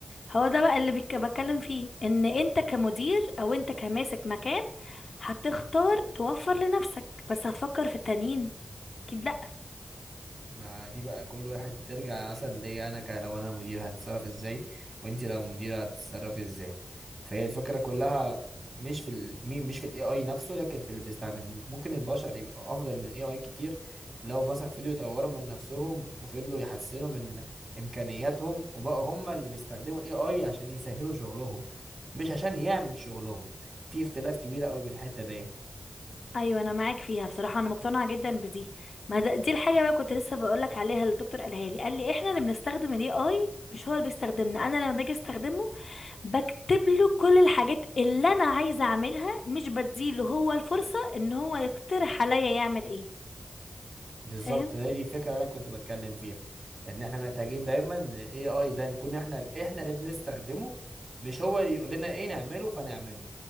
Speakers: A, on the left (about 75°); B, on the right (about 50°).
A: هو ده بقى اللي بك... بتكلم فيه ان انت كمدير او انت كماسك مكان هتختار توفر لنفسك بس هتفكر في التانيين اكيد لا
B: ما دي بقى كل واحد بترجع مثلا ليا انا ك- لو انا مدير هتتصرف ازاي وانت لو مدير هتتصرفي ازاي فهي الفكره كلها مش في ال... مي- مش في الاي اي نفسه لكن في اللي بيستخدم ممكن البشر يبقى افضل من الاي اي كتير لو مثلا فضلوا يطوروا من نفسهم وفضلوا يحسنوا من امكانياتهم وبقوا هم اللي بيستخدموا الاي اي عشان يسهلوا شغلهم مش عشان يعمل شغلهم في اختلاف كبير قوي بين الحته ديت
A: ايوه انا معاك فيها بصراحه انا مقتنعه جدا بدي ما ده دي الحاجه بقى كنت لسه بقولك عليها اللي الدكتور قالها لي قال لي احنا اللي بنستخدم الاي اي مش هو اللي بيستخدمنا انا لما باجي استخدمه بكتب له كل الحاجات اللي انا عايزه اعملها مش بديله هو الفرصه ان هو يقترح عليا يعمل ايه
B: بالظبط
A: فاهم
B: هي دي الفكره اللي انا كنت بتكلم فيها ان احنا محتاجين دايما الاي اي ده نكون احنا احنا اللي بنستخدمه مش هو اللي يقول لنا ايه نعمله فنعمله